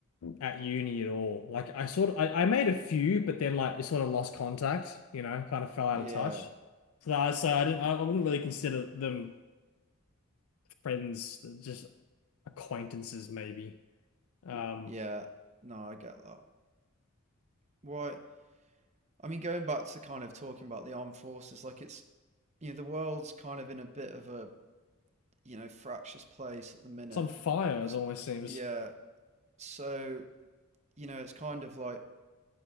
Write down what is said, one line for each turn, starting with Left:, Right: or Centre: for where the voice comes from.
Left: at uni at all. Like I sort of I, I made a few, but then like it sort of lost contact, you know, kind of fell out
Right: yeah,
Left: of touch. So I so I didn't I, I wouldn't really consider them friends, they're just acquaintances maybe. Um,
Right: yeah. No, I get that. Why? I mean, going back to kind of talking about the armed forces, like it's you know the world's kind of in a bit of a you know fractious place at the minute.
Left: it's on fire,
Right: As
Left: it almost seems.
Right: yeah, so you know it's kind of like